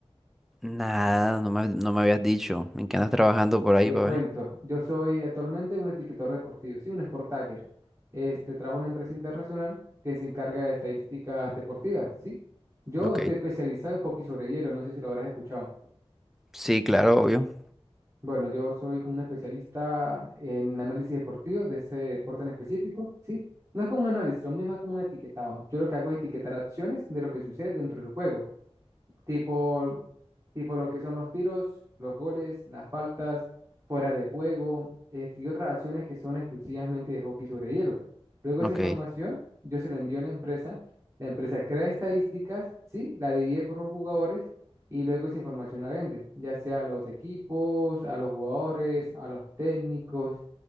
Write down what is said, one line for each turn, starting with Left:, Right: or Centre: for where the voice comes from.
Centre: Nada, no me, no me habías dicho. ¿En qué andas trabajando por ahí,
Right: Te
Centre: papá?
Right: cuento, yo soy actualmente un etiquetador deportivo, sí, un sport tagger. Este, trabajo en una empresa internacional que se encarga de estadísticas deportivas, sí. Yo
Centre: Ok.
Right: estoy especializado en hockey sobre hielo, no sé si lo habrás escuchado.
Centre: Sí, claro, obvio.
Right: Bueno, yo soy como un especialista en análisis deportivo, de ese deporte en específico, ¿sí? No es como un análisis, lo mismo es como un etiquetado. Yo lo que hago es etiquetar acciones de lo que sucede dentro del juego tipo, tipo lo que son los tiros, los goles, las faltas, fuera de juego, este, y otras acciones que son exclusivamente de hockey sobre hielo. Luego esa
Centre: Ok.
Right: información yo se la envío a la empresa, la empresa crea estadísticas, sí, la divide por los jugadores y luego esa información la vende, ya sea a los equipos, a los jugadores, a los técnicos,